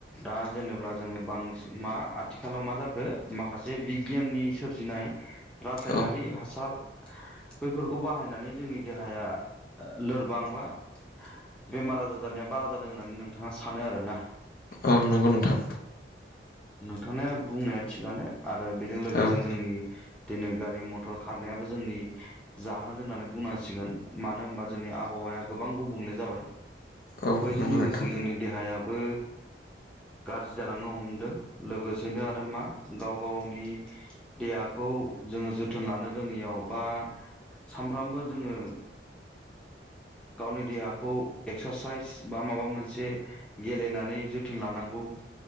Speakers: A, in the centre; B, on the left (about 55°).
A: दा जेनेबा जोङो बांसिन मा आथिखालाव मा जाखो माखासे बिगियाननि सोरजिनाय रासायनारि
B: औ
A: हासार बैफोरखौ बाहायनानै जोंनि देहाया लोरबां बा बेमार आजार जानाया बारा जादों होननानै नोंथाङा सानो आरोना?
B: औ नोंगौ नोंथां।
A: <unintelligible> बुंनाया थिगानो आरो
B: औ
A: जे जोंनि दिनै गारि मथर खारनायाबो जोंनि जाहोन होननानै बुंनांसिगोन मानो होनबा जोंनि आबहावाया गोबां गुबुंले जाबाय।
B: औ
A: बैजों
B: नंगौ
A: लोगोसे
B: नोंथां
A: जोंनि देहाया बो गाज्रि जालांनो हमदों लोगो एसेनो आरो मा गाव गावनि देहाखौ जोङो जोथोन लानो रोङैयाव बा सानफ्रामबो जोङो गावनि देहाखौ एक्सारसाइस बा माबा मोनसे गेलेनानै जोथोन लानांगौ।